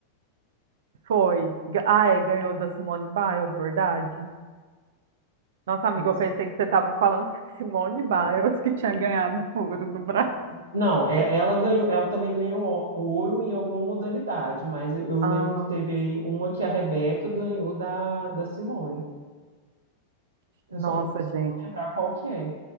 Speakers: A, on the right; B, on the right.
A: Foi. Ga- Ah, é, ganhou da Simone Biles, verdade? Nossa, amiga,
B: Pois-
A: eu pensei que você estava falando que <laughs> Simone Biles que tinha ganhado <laughs> ouro do Brasil.
B: Não, é- ela ganhou, ela também ganhou ó- ouro em alguma modalidade, mas eu, eu lembro
A: Ah,
B: que teve aí uma que a Rebeca ganhou da, da Simone. Eu
A: nossa,
B: só, só
A: gente.
B: não vou lembrar qual que é.